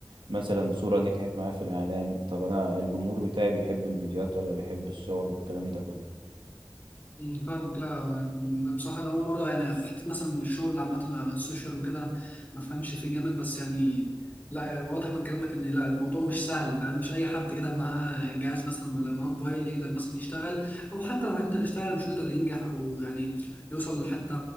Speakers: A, on the right; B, on the left.
A: مثلا صورة نجحت معايا في الاعلان طب انا الجمهور بتاعي بيحب الفيديوهات ولا بيحب الصور والكلام ده كله
B: مم، فاهمك لا ما- بصراحة أنا أول مرة يعني في حتة مثلا الشغل عامة على السوشيال وكده ما فهمش فيه جامد بس يعني لا يعني واضح من كلامك إن لا الموضوع مش سهل فاهم مش أي حد كده معاه جهاز مثلا ولا معاه موبايل يقدر مثلا يشتغل أو حتى لو هيقدر يشتغل مش هيقدر ينجح أو يعني يوصل لحتة